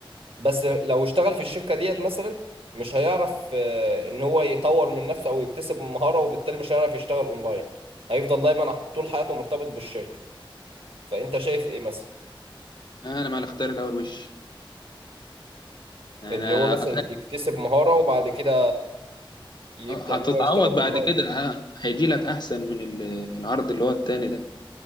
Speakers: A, on the right (about 85°); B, on the left (about 55°).
A: بس لو اشتغل في الشركة ديت مثلا مش هيعرف آه، ان هو يطور من نفسه او يكتسب مهارة وبالتالي مش هيعرف يشتغل اونلاين هيفضل دايما طول حياته مرتبط بالشركة فانت شايف ايه مثلا
B: أنا مع الاختيار الأول وش أنا
A: ان هو مثلا يكتسب مهارة وبعد كده يبدأ
B: آه، هتتعوض
A: ان هو يشتغل اونلاين
B: بعد كده ه- هيجي لك احسن من ال- العرض اللي هو التاني ده